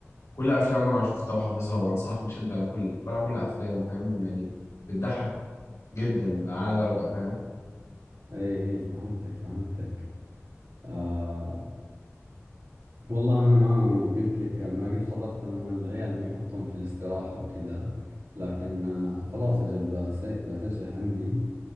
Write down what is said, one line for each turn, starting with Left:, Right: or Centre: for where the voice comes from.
Left: كل أفلامه أنا شفتها وحافظها وأنصحك بشدة على كل اتفرج على كل أفلامه فاهم يعني بتضحك جدا على درجة فاهم
Right: أي أي فهمتك فهمتك آه والله أنا ما قلت لك ما قد حضرت لأنهم العيال ما يحطون في الاستراحة وكذا لكن آه خلاص أجل بس- بسجله عندي